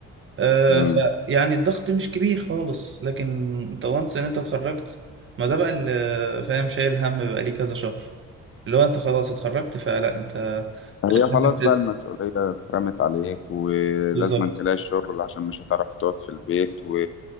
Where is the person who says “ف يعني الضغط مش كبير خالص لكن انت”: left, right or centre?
Right